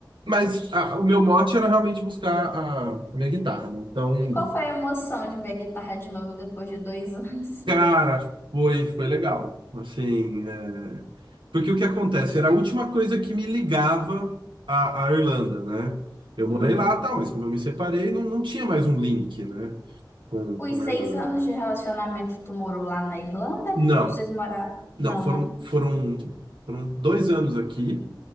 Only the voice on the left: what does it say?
E qual foi a emoção de ver a guitarra de novo depois de dois <laughs> anos?
Uhum.
Os
seis
anos de relacionamento, tu morou lá na Irlanda?
Ou vocês moraram?
Não,
né?